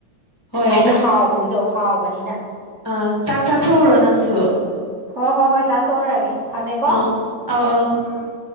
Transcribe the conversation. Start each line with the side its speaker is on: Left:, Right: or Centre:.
Left: ꯍꯣꯏ
Right: ꯍꯥꯏꯗꯤ ꯍꯥꯎꯕꯒꯤꯗꯣ ꯍꯥꯎꯕꯅꯤꯅ
Left: ꯑꯥ ꯆꯥꯛ ꯆꯥꯊꯣꯛꯎꯔꯣ ꯅꯪꯁꯨ
Right: ꯍꯣꯏ ꯍꯣꯏ ꯍꯣꯏ ꯆꯥꯊꯣꯛꯎꯔꯒꯦ ꯊꯝꯃꯦꯀꯣ
Left: ꯑ ꯑꯧ ꯑꯧ
Right: ꯎꯝ ꯎꯝ